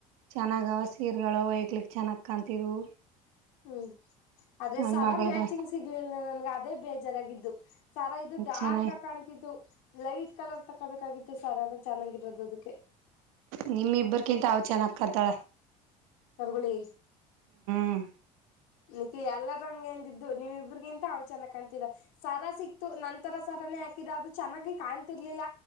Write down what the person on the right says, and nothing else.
ಚೆನ್ನಾಗ ಅವ ಸೀರೆಗಳು ಅವೈಕ್ಲಿಕ್ ಚೆನ್ನಾಗ್ ಕಾಣ್ತಿದ್ವು
ನನ್
ಮಗಳಗ
ಚೆನ್ನಾಗಿ
ನಿಮ್ ಇಬ್ಬರ್ಗಿಂತಾ ಅವಳು ಚೆನ್ನ ಕಣ್ತಾಳ
ಹ್ಮ